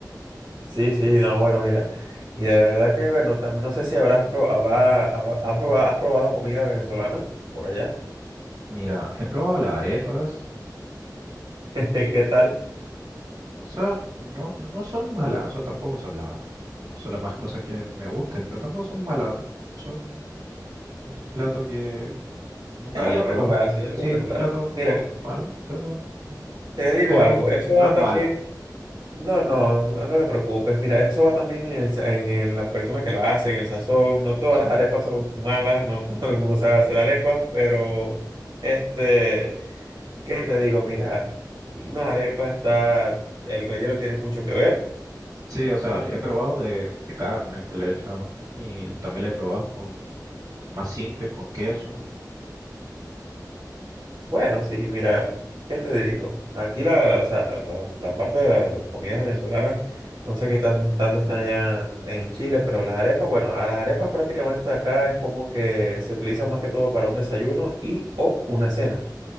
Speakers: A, on the right; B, on the right.
A: sí, sí, no, bueno, mira. Y de verdad que, bueno, también no sé si habrás pro- habrá- habrá- has probado, has probado comida venezolana por allá.
B: Mira, he probado las arepas
A: <laughs> ¿Qué tal?
B: O sea, no, no son malas, o sea, tampoco son la, son las más cosas que me gusten, pero tampoco son malas. O Son un plato que nunca
A: Es
B: había
A: algo
B: probado.
A: regular, sí, es algo
B: Sí,
A: regular.
B: un plato normal,
A: Mira,
B: o sea, son- mm,
A: te digo
B: pero
A: algo, eso
B: no
A: va
B: es
A: también,
B: malo.
A: No, no, no no te preocupes. Mira, eso va también en el, sa- en el- la persona que lo hace, en el sazón. No todas
B: Sí,
A: las arepas son malas, no <laughs> todo el mundo sabe hacer arepas, pero este, ¿qué te digo? Mira, una arepa está, el relleno tiene mucho que ver.
B: sí, o sea, yo he probado de, de carne que le he echado y también le he probado con más simple, con queso.
A: Bueno, sí, mira, ¿qué te digo? Aquí la, la, o sea, la, la- la parte de la- las comidas venezolanas, no sé qué tan, tanto están allá en Chile, pero las arepas, bueno, a las arepas prácticamente acá es como que se utilizan más que todo para un desayuno y o una cena.